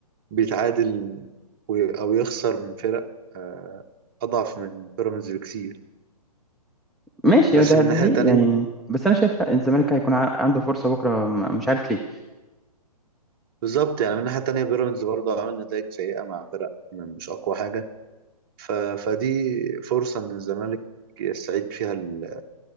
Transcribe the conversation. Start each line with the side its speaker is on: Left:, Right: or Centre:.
Right: بيتعادل وي- او يخسر من فرق آه، اضعف من بيراميدز بكتير
Centre: ماشي
Right: بس
Centre: ده
Right: من
Centre: ده
Right: ناحية
Centre: هي
Right: تانية
Centre: يعني بس أنا شايف لا الزمالك هيكون ع- عنده فرصة بكرة م- مش عارف ليه
Right: بالظبط يعني من الناحية التانية بيراميدز برضه عامل نتائج سيئة مع فرق يعني مش أقوى حاجة ف... فدي فرصة إن الزمالك يستعيد فيها ال-